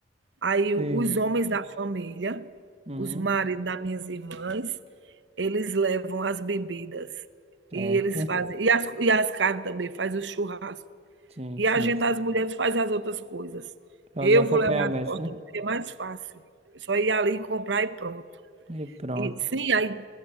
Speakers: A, on the right; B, on the right.
A: Aí
B: Sim.
A: os homens da família,
B: Uhum.
A: os maridos das minhas irmãs, eles levam as bebidas
B: Certo.
A: e eles fazem, e as, e as carnes também, faz o churrasco.
B: Sim,
A: E
B: sim.
A: a gente, as mulheres, faz as outras coisas.
B: Só
A: Eu
B: os acompanhamentos,
A: vou levar a torta
B: né?
A: porque é mais fácil. É Só ir ali comprar e pronto.
B: E pronto.
A: E sim, aí,